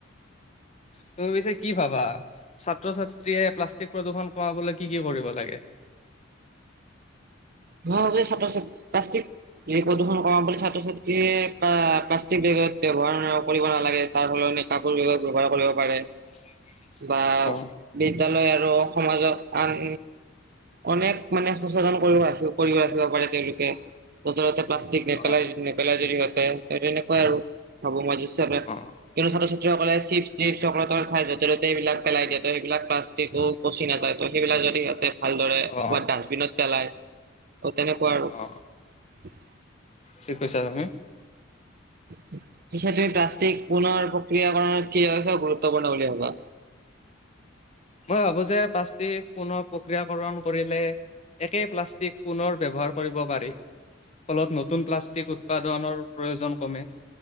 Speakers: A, on the left (about 35°); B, on the right (about 50°).
A: তুমি পিছে কি ভাবা? ছাত্ৰ-ছাত্ৰীয়ে প্লাষ্টিক প্ৰদূৰ্ষন কমাবলৈ কি কি কৰিব লাগে? <inaudible>
B: মই ভাবো এই ছাত্ৰ-ছাত্ৰীয়ে পাষ্টিক। এই প্ৰদূষণ কমাম বুলি ছাত্ৰ-ছাত্ৰীয়ে প্লাষ্টিক বেগত ব্যৱহাৰ কৰিব নালাগে, তাৰ ফলত। কাপোৰ বেগ ব্যৱহাৰ কৰিব পাৰে।
A: <inaudible>
B: বা
A: অ
B: বিদ্যালয় আৰু সমাজত আন। অনেক মানে সচেতন কৰি ৰাখিব কৰি ৰাখিব পাৰে তেওঁলোকে, যতে ততে। প্লাষ্টিক নেপেলাই
A: অ
B: নেপেলাই যদি সিহঁতে তেনেকুৱাই আৰু ভাবো মই
A: অ
B: কিন্তু ছাত্ৰ-ছাত্ৰী। কলে চিপ-টিপ, চকলেট-টকলেত খাই য'তে ততে এইবিলাক পেলাই দিয়ে, ত' সেইবিলাক প্লষ্টিকো পচি নাযাই ত' সেইবিলাক। যদি ইহঁতে। ভালদৰে
A: অ
B: ক'বাত ডাষ্টবিনত পেলায় ত' তেনেকুৱা আৰু।
A: অ ঠিক কৈছা। <unintelligible>
B: <inaudible> সেইেতে প্লাষ্টিক পুনৰ প্ৰক্ৰিয়াকৰণৰ কিে গুৰুত্বপূৰ্ণ বুলি ভাবা
A: মই ভাবো যে পাষ্টিক পুনৰ প্ৰক্ৰিয়াকৰণ কৰিলে একেই প্লাষ্টিক পুনৰ ব্যৱহাৰ কৰিব পাৰি ফলত নতুন প্লাষ্টিক উৎপাদনৰ প্ৰয়োজন কমে